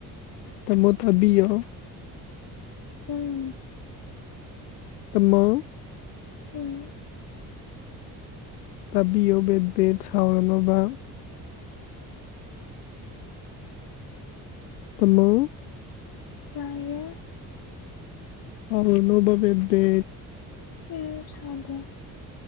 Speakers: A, on the left; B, on the left.
A: ꯇꯃꯣ ꯊꯥꯕꯤꯌꯣ
B: ꯎꯝ
A: ꯇꯨꯝꯃꯣ
B: ꯎꯝ
A: ꯇꯥꯕꯤꯌꯣ ꯕꯦꯠ ꯕꯦꯠ ꯁꯥꯎꯔꯝꯃꯥꯒ ꯇꯨꯝꯃꯣ
B: ꯌꯥꯏꯌꯦ
A: ꯁꯥꯎꯔꯅꯣꯕ ꯕꯦꯕꯦ
B: ꯎꯡ ꯁꯥꯎꯗꯦ